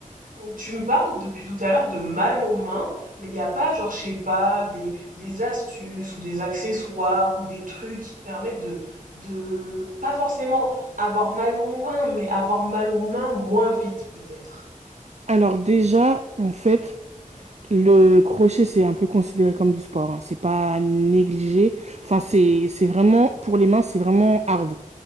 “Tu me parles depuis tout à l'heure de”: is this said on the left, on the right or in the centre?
Right